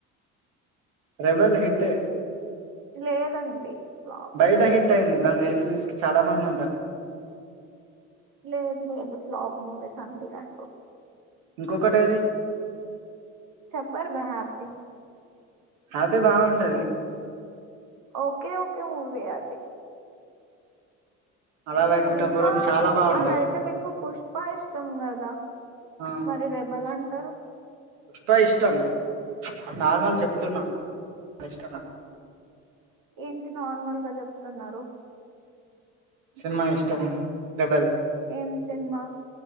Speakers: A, on the right; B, on the right.
A: రెబెల్ హిట్టే
B: లేదండి ఫ్లాప్
A: బయట హిట్టయింది దాని రీ రిలీజ్ కి చాలా మంది ఉంటారు
B: లేదు లేదు ఫ్లాప్ మూవీస్ అందరు అంటరు
A: ఇంకొకటేది
B: చెప్పారుగా హ్యాపీ
A: హ్యాపీ బాగుంటది
B: ఓకే ఓకే మూవీ అది
A: అలాగే
B: మీకు
A: కుటపురం
B: ఇంకా
A: చాలా బాగుంటది
B: అలా అయితే మీకు పుష్ప ఇష్టం కదా
A: ఆ
B: మరి రెబల్ అంట్
A: బా ఇష్టం నార్మల్ చెప్తున్నా ఆ ఇష్టం
B: ఏంటి నార్మల్గా చెప్తున్నారు
A: సినిమా ఇష్టం అని రేబల్
B: ఏం సినిమా